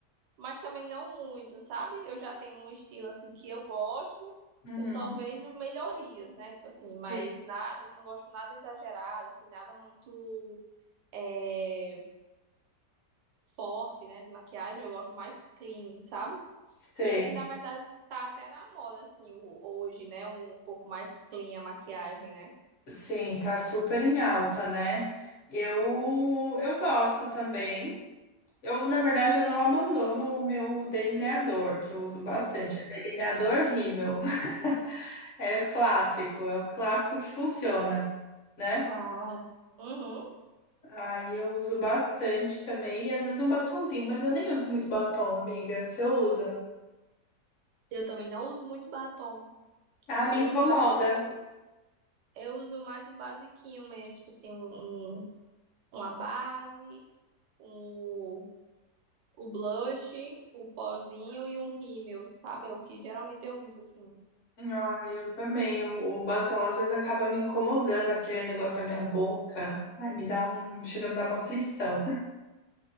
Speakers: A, on the right; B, on the left.
A: mas também não muito, sabe? Eu já tenho um estilo assim que eu gosto,
B: Uhum.
A: eu só vejo melhorias, né? Tipo assim, mas
B: Sim.
A: nada, não gosto nada exagerado, assim, nada muito é, forte, né? De maquiagem, eu gosto mais clean, sabe?
B: Sei.
A: E é que na verdade tá até na moda, assim, o- hoje, né? Um, um pouco mais clean a maquiagem, né?
B: Sim, tá super em alta, né? Eu eu gosto também. Eu, na verdade, eu não abandono o meu delineador, que eu uso bastante. É delineador Rimmel. <laughs> É o clássico, é o clássico que funciona, né?
A: Ah, uhum.
B: Aí eu uso bastante também, e às vezes um batonzinho, mas eu nem uso muito batom, amiga. Você usa?
A: Eu também não uso muito batom.
B: Ah, me
A: Eu
B: incomoda.
A: uso mais o, o- eu uso mais o basiquinho mesmo, tipo assim, um, um- uma base, o, o blush, o pozinho e um rímel, sabe? É o que geralmente eu uso assim.
B: Ah, eu também. O, o batom às vezes acaba me incomodando aquele negócio na minha boca. Ai, me dá um, chega a me dar uma aflição.